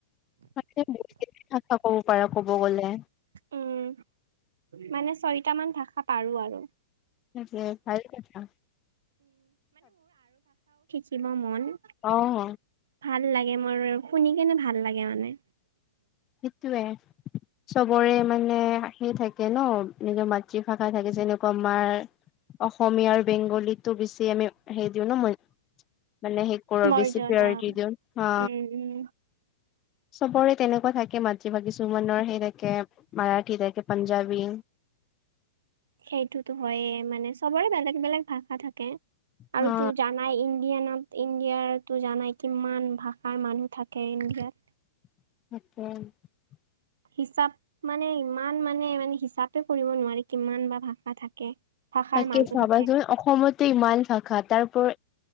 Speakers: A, on the left; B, on the right.
A: <unintelligible> ভাষা কব পাৰা কব গলে
B: উম মানে ছয়টা মান ভাষা পাৰো আৰু
A: এ ভাল কথা
B: ছিলো মইও
A: অহ।
B: ভাল লাগে মোৰ। শুনি কেনে ভাল লাগে মানে।
A: সেইটোৱে, চবৰে মান পে আহি থাকে ন নিজৰ মাতৃভাষা থাকে যেনেকুৱা আমাৰ অসমীয়া আৰু বেংগলীটো বেছি আমি হেৰি দিওঁ ন ময্য মানে সে কৰো আৰু
B: মৰ্যদা
A: বেছি পেৰাৰিটি দিওঁ হা
B: উম উম
A: চবৰে তেনেকুৱা থাকে কে মাতৃভাষা কিছুমানৰ হে থাকে মাৰাঠী থাকে পাঞ্জাবী
B: সেইটোতো হইয়ে মানে চবৰে বেলেগ বেলেগ ভাষা থাকে
A: হা
B: আৰু তো জানাই ইণ্ডিয়ানত ইণ্ডিয়াৰো জানাই কিমান ভাষাৰ মানুহ থাকে ইণ্ডিয়াত
A: <unintelligible>
B: হিচাপ মানে ইমান মানে মানে হিচাপে কৰিব নোৱাৰি কিমান বা ভাষা থাকে। ভাষাৰ
A: তাকে
B: মানুহ
A: ভাবাচোন
B: থাকে।
A: অসমতে ইমান ভাষা তাৰওপৰ